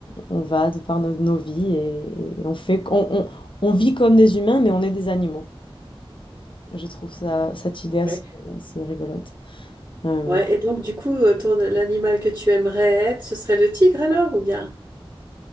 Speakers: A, on the left; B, on the right.
A: on va de par nos nos vies et et on fait on on on vit comme des humains, mais on est des animaux. Je trouve ça cette idée assez
B: ouais.
A: assez rigolote. Hem,
B: Ouais, et donc du coup, euh, ton l'animal que tu aimerais être, ce serait le tigre alors ou bien?